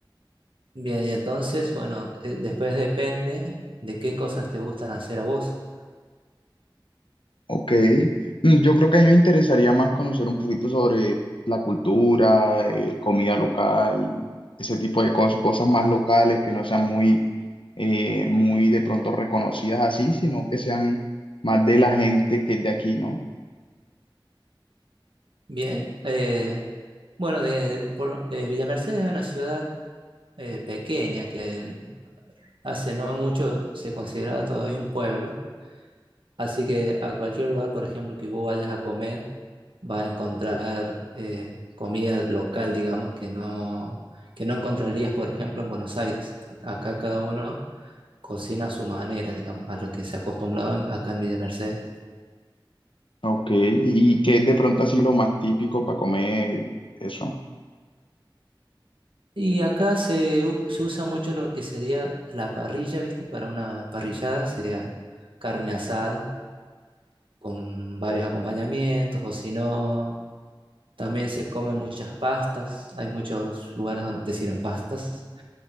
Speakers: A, on the right; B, on the left.
A: Bien, y entonces, bueno, eh, después depende de qué cosas te gustan hacer a vos.
B: Ok, Mm, yo creo que a mí me interesaría más conocer un poquito sobre la cultura, eh, comida local, ese tipo de cosas, cosas más locales que no sean muy, eh, muy de pronto reconocidas así, sino que sean más de la gente que es de aquí, ¿no?
A: Bien, eh, bueno, de, por- eh, Villa Mercedes es una ciudad eh, pequeña que hace no mucho se consideraba todavía un pueblo, así que a cualquier lugar, por ejemplo, que vos vayas a comer, va a encontrar eh, comida local, digamos, que no, que no encontrarías, por ejemplo, en Buenos Aires. A- Acá cada uno cocina a su manera, digamos, a lo que se ha acostumbrado en- acá en Villa Mercedes.
B: Ok, y que es de pronto así lo más típico para comer, eso.
A: Y acá se, u- se usa mucho lo que sería la parrilla, ¿viste? Para una parrillada sería carne asada con varios acompañamientos, o si no, también se comen muchas pastas. Hay muchos lugares donde te sirven pastas,